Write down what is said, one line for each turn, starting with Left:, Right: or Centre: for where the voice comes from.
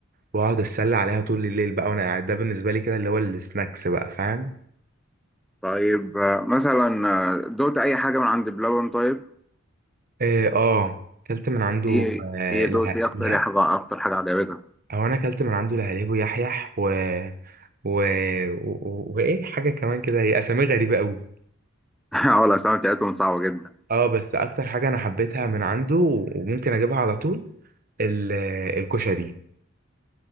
Right: واقعد اتسلى عليها طول الليل بقى وانا قاعد ده بالنسبه لي كده اللي هو السناكس بقى فاهم
Centre: طيب آه، مثلا آه، دوت اي حاجه من عند بلبن طيب
Right: اه آه، اكلت من عنده
Centre: ايه
Right: آه
Centre: ايه
Right: له...
Centre: دوت ايه اكتر
Right: له...
Centre: ايه حاجه اكتر حاجه عجبتك
Right: او انا اكلت من عنده لهاليب ويحيح و و... و... وايه حاجه كمان كده هي اسامي غريبه قوي
Centre: <laughs> اه الاسامي بتاعتهم صعبه جدا
Right: اه بس اكتر حاجه انا حبيتها من عنده وممكن اجيبها على طول ال... الكشري